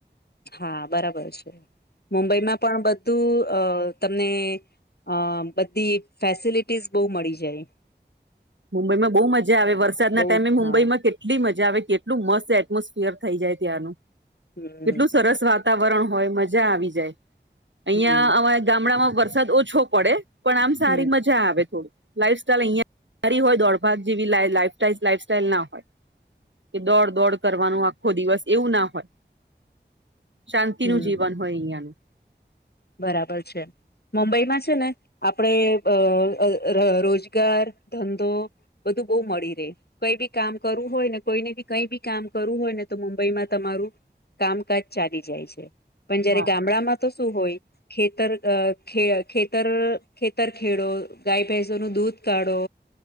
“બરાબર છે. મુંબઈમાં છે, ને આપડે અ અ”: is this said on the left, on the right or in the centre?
Left